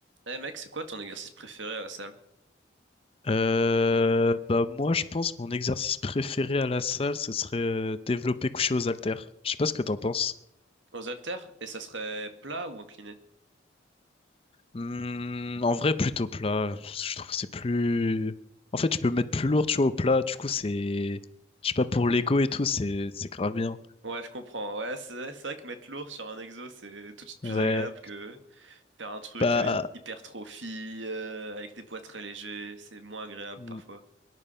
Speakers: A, on the right; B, on the left.
A: Eh mec, c'est quoi ton exercice préféré à la salle?
B: Euh, bah moi je pense mon exercice préféré à la salle ce serait euh, développer couché aux haltères. Je sais pas ce que t'en penses.
A: Aux haltères? Et ça serait plat ou incliné?
B: Hmm, en vrai plutôt plat. Je trouve que c'est plus. En fait je peux mettre plus lourd tu vois au plat. Du coup c'est. Je sais pas pour l'ego et tout c'est c'est grave bien.
A: Ouais, je comprends. Ouais, c'est c'est vrai que mettre lourd sur un exo, c'est tout de suite plus
B: Ouais.
A: agréable que faire un truc
B: Bah
A: euh, hy- hypertrophie, euh, avec des poids très légers. C'est moins agréable
B: hmm.
A: parfois.